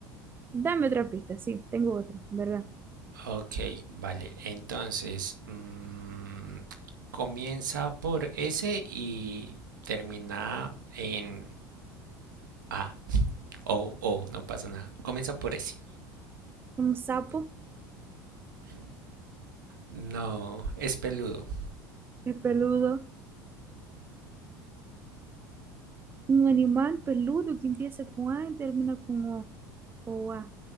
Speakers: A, on the right; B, on the right.
A: Dame otra pista. Sí, tengo otra, ¿verdad?
B: Ok, vale. Entonces, mm, comienza por S y termina en A o O, no pasa nada. Comienza por S.
A: Un sapo
B: No, es peludo,
A: es peludo. Un animal peludo que empieza con A y termina con O. O A.